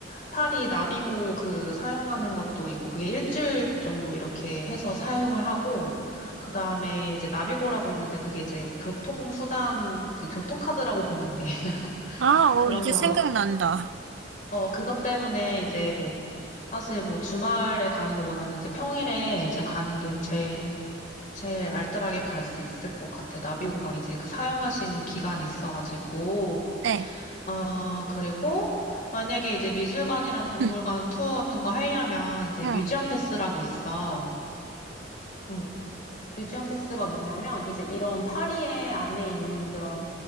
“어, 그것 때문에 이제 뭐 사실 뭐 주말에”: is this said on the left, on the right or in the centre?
Left